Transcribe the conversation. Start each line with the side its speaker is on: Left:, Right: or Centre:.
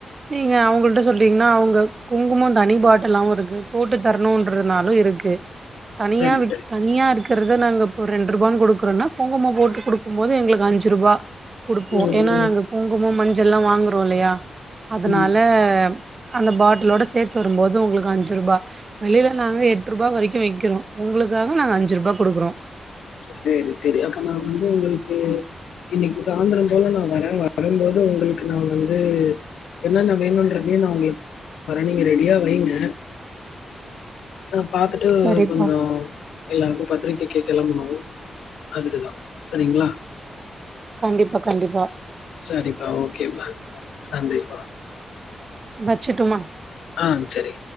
Right: நீங்க அவங்கள்ட்ட சொல்றீங்னா அவுங்க குங்குமம் தனி பாட்டலாவு இருக்கு போட்டு தரனுன்றதுனாலு இருக் தனியா
Left: சரி
Right: வி
Left: சரி
Right: தனியா இருக்கறத நாங்க இப்ப ரெண்டு ரூபானு குடுக்கறனா குங்கும போட்டு குடுக் கு போது எங்களுக்கு அஞ்சு ரூபா குடுப்போ
Left: ம்
Right: ஏனா
Left: ம்
Right: நாங்க குங்குமம் மஞ்சள் எல்லா வாங்கறோ இல்லையா அதனால
Left: ம்
Right: அந்த பாட்டிலோட சேத்து வருபோது உங்களுக்கு அஞ்சு ரூபா வெளியில நாங்க எட்டு ரூபா வரைக்கு வைக்கிறோ உங்களுக்காக நாங்க அஞ்சு ரூபா குடுக்குறோ
Left: சேரி சேரி அப்ப நா வந்து உங்களுக்கு இன்னைக்கு சாந்திரோ போல நா வர வரும்போது உங்களுக்கு நா வந்து என்னன்னா வேனுன்றதையு நா உங்களுக்கு வரே நீங்க ரெடியா வைங்க நா பாத்துட்டு
Right: சரிப்பா.
Left: கொஞ்சோ எல்லாருக்கு பத்திரிகைக்கு கெளம்பனு அதுக்குதா சரிங்ளா
Right: கண்டிப்பா கண்டிப்பா
Left: சரிப்பா ஓகேப்பா நன்றிப்பா
Right: வச்சுர்ட்டுமா
Left: ஆ செரி